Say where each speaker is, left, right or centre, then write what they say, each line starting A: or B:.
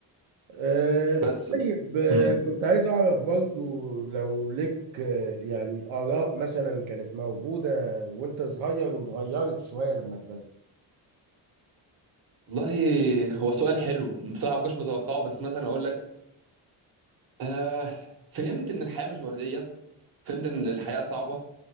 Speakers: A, on the right; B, on the right.
A: آه،
B: بس
A: طيب آه،
B: مم.
A: كنت عايز أعرف برضو لو لك آه، يعني آراء مثلا كانت موجودة وأنت صغير واتغيرت شوية لما كبرت
B: والله هو سؤال حلو بصراحه ما كنتش متوقعه بس مثلا اقول لك آه فهمت ان الحياه مش ورديه فهمت ان الحياه صعبه